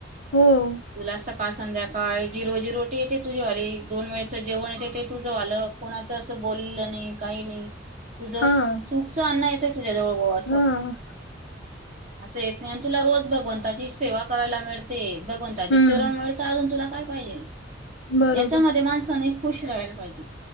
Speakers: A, on the left (about 75°); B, on the right (about 40°).
A: हो.
B: तुला स सकाळ -संध्याकाळ रोजी रोट येते तुझे वाले, दोन वेळेच जेवण येते ते तुझं वालं, कोणाचं असं बोललं नाही काही नाही. तुझं,
A: हां,
B: सुखचं अन्न येतंय तुझ्या जवळ असं.
A: हां.
B: असं येत नाही, आणि तुला रोज भगवंताची सेवा करायला मिळते. भगवंताचे
A: हं,
B: चरण मिळेल, तर अजून तुला काय पाहिजेल.
A: बरोबर.
B: याच्यामध्ये माणसाने खुश राहायला पाहिजे.